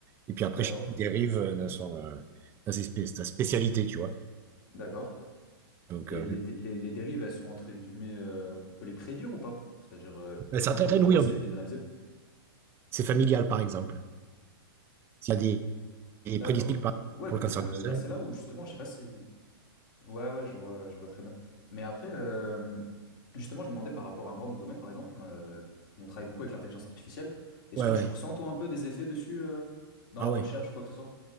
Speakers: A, on the right (about 20°); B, on the left (about 55°).
A: Et puis après,
B: d'accord,
A: chacun dérive euh, dans son, euh, dans ses spé- sa spécialité, tu vois.
B: d'accord.
A: Donc,
B: Et
A: euh,
B: les, dé- les, les dérives, elles sont entre guillemets, euh, on peut les prédire ou pas? C'est-à-dire, euh,
A: mais
B: est-ce
A: certaines,
B: qu'on peut
A: oui,
B: euh, essayer
A: on dit.
B: de les analyser?
A: C'est familial, par exemple. S'il y a des, des
B: D'accord.
A: prédispositions par-
B: Ouais,
A: pour
B: donc
A: le cancer
B: euh,
A: du sein.
B: bah, c'est là où justement, je sais pas si. Ouais, ouais, je vois, je vois très bien. Mais après, euh, justement, je me demandais par rapport à moi, mon domaine, par exemple, euh, on travaille beaucoup avec l'intelligence artificielle. Est-ce
A: Ouais,
B: que
A: ouais.
B: tu ressens, toi, un peu des effets dessus euh, dans
A: Ah
B: la
A: ouais.
B: recherche, quoi que ce soit?